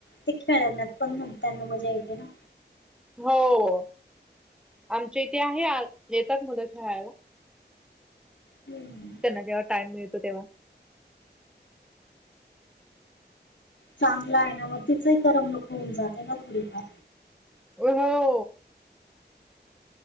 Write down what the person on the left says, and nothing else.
ते खेळणार पण मग त्यांना मजा येते ना
ये
चांगला आहे ना म तिचही करम लुक होऊन जाते ना थोडीफार